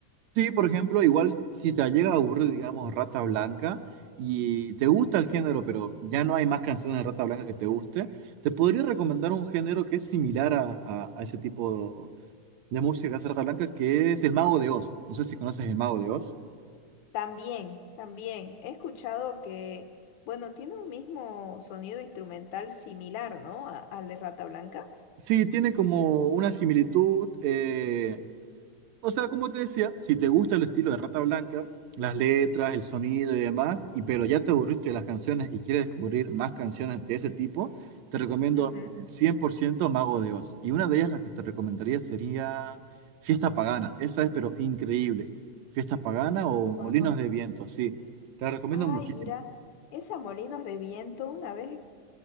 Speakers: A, on the right (about 70°); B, on the left (about 70°).
A: Sí, por ejemplo, igual si te llega a aburrir, digamos, Rata Blanca y te gusta el género, pero ya no hay más canciones de Rata Blanca que te guste, te podría recomendar un género que es similar a, a a ese tipo de música hace rata Blanca, que es El Mago de Oz. No sé si conoces El Mago de Oz.
B: También, también. He escuchado que, bueno, tiene un mismo sonido instrumental similar, ¿no? A- al de Rata Blanca.
A: Sí, tiene como una similitud. eh, o sea, como te decía, si te gusta el estilo de Rata Blanca, las letras, el sonido y demás, y pero ya te aburriste de las canciones y quieres descubrir más canciones de ese tipo, te recomiendo
B: Ujú.
A: 100% Mago de Oz. Y una de ellas, la que te recomendaría, sería Fiesta Pagana. Esa es, pero increíble. Fiesta Pagana o
B: Y está
A: Molinos de Viento, sí. Te la recomiendo
B: Ay,
A: muchísimo.
B: mira, esa Molinos de Viento, una vez,